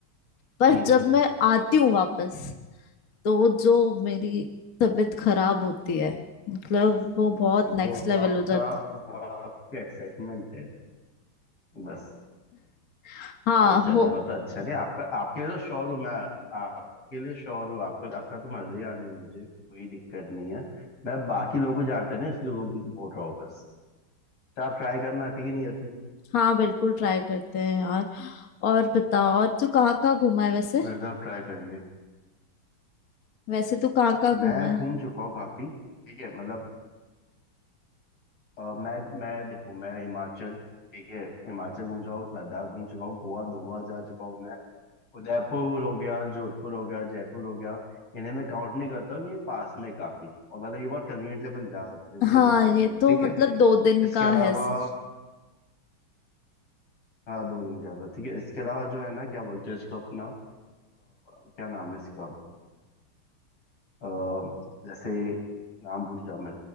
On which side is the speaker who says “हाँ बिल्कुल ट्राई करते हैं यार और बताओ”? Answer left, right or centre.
Left